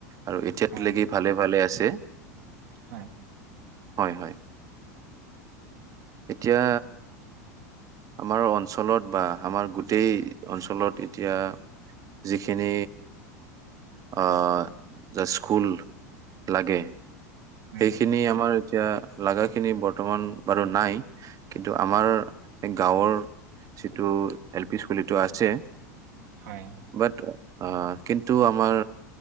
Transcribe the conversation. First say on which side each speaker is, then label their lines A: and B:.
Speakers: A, on the right; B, on the right.
A: আৰু এতিয়াত
B: হয়
A: লকি ভালে ভালে আছে।
B: হয়।
A: হয়, হয়। এতিয়া আমাৰ অঞ্চলত বা আমাৰ গোটেই অঞ্চলত এতিয়া। যিখিনি আহ যে স্কুল লাগে,
B: উম
A: সেইখিনি আমাৰ এতিয়া লগাগাখিনি বৰ্তমান বাৰু নাই। কিন্তু আমাৰ সেই গাঁৱৰ সিটো এল পি স্কুলটো আছে।
B: হয়
A: বাট, আহ কিন্তু, আমাৰ